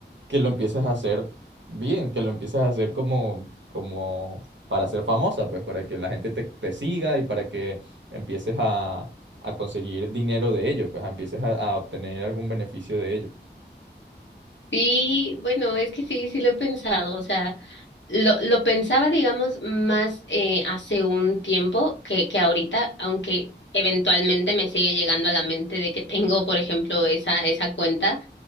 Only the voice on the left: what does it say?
Sí, bueno, es que sí, sí lo he pensado, o sea, lo, lo pensaba, digamos, más eh, hace un tiempo que, que ahorita, aunque eventualmente me sigue llegando a la mente de que tengo, por ejemplo, esa, esa cuenta